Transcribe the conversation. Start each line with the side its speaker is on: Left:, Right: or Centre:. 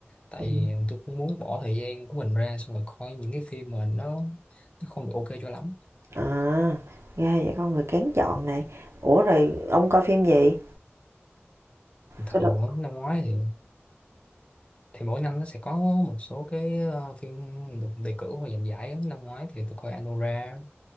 Left: tại
Right: ừ.
Left: vì tôi cũng muốn bỏ thời gian của mình ra xong rồi coi những cái phim mà nó nó không được ok cho lắm
Right: À, ghê vậy con người kén chọn nè. Ủa rồi ông coi phim gì?
Left: thường
Right: Tôi được
Left: á, năm ngoái thì thì mỗi năm nó sẽ có một số cái ờ, phim được đề cử hoặc giành giải á. năm ngoái thì tôi coi Anora